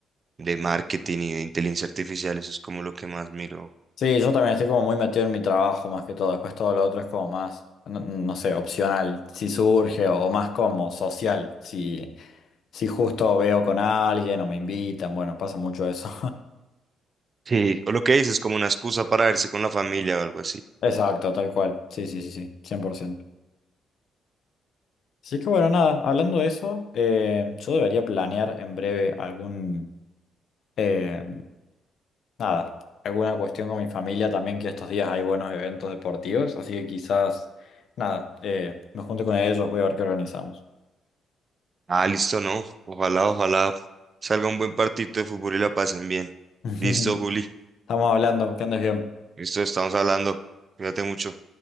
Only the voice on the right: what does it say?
de marketing y de inteligencia artificial. Eso es como lo que más miro.
Sí, o lo que dices, como una excusa para verse con la familia o algo así.
Ah, listo, no. Ojalá, ojalá salga un buen partido de fútbol y la pasen bien.
Listo, Juli.
Listo, estamos hablando. Cuídate mucho.